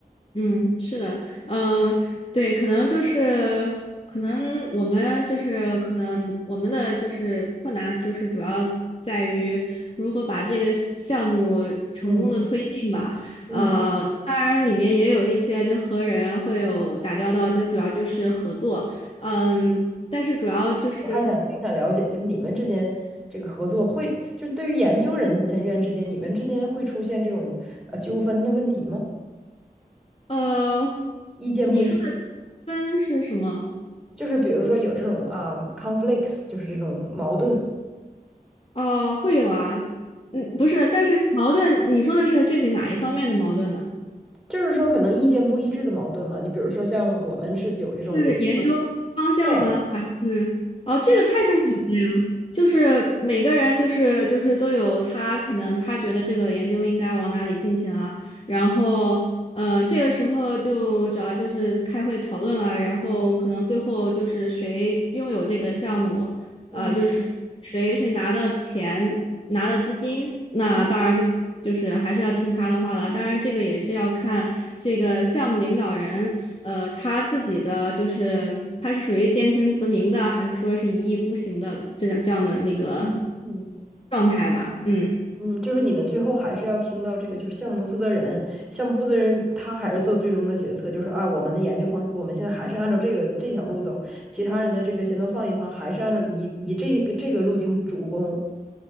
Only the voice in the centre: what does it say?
嗯嗯嗯，
我还想挺想了解，就是你们之间这个合作会，就是对于研究人人员之间，你们之间会出现这种呃纠纷的问题吗？
意见不一致，
就是比如说有这种啊、conflicts，就是这种矛盾。
就是说可能意见不一致的矛盾嘛。你比如说像我们是有这种有时候
对，
嗯
嗯
嗯嗯
嗯，就是你们最后还是要听到这个，就是项目负责人，项目负责人他还是做最终的决策，就是啊，我们的研究方，我们现在还是按照这个这条路走，其他人的这个先都放一放，还是按照以以这个这个路径主攻，